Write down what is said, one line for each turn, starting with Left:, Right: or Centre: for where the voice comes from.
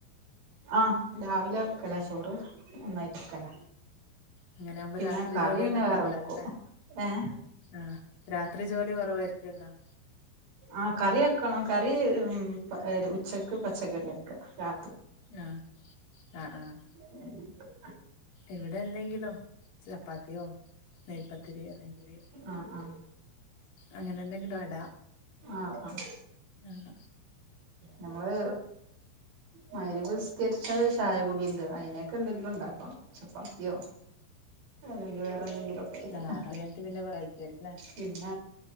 Right: ആഹ് രാവിലെ വെക്കലാ ചോറ് ഒന്നായിട്ട് വെക്കല
Left: അങ്ങനെയാവുമ്പോ
Right: പിന്നെ
Left: രാത്രി
Right: കറി
Left: ജോലിയൊന്നും
Right: പിന്നെ
Left: ഉണ്ടാവൂല
Right: വേറെ വെക്കും
Left: അല്ലല്ലേ
Right: ഏഹ്
Left: ആഹ് രാത്രി ജോലി <unintelligible>
Right: ആഹ് കറി വെക്കണം കറി പ ഉച്ചക്ക് പച്ചക്കറി വക്കെ രാ
Left: ആഹ് ആഹ് ആഹ്
Right: <unintelligible>
Left: ഇവിടെ എന്തെങ്കിലും ചപ്പാത്തിയോ നെയ്പത്തിരി അല്ലെങ്കില്
Right: ആഹ് ആഹ്
Left: അങ്ങനെ എന്തെങ്കിലും അട
Right: ആഹ് ആഹ്
Left: ആഹ്
Right: നമ്മള് മഗ്‌രിബ് നിസ്കരിച്ചത് ചായ കുടി ഇണ്ട് അയിന തക്ക എന്തെങ്കിലും ഉണ്ടാക്കണം ചപ്പാത്തിയോ അല്ലെങ്കി വേറെ എന്തെങ്കിലും ഒക്കെ പിന്ന
Left: ആഹ് അത് കഴിഞ്ഞിട്ട് പിന്നെ വായിക്കുവായിരിക്കും ല്ലേ
Right: പിന്ന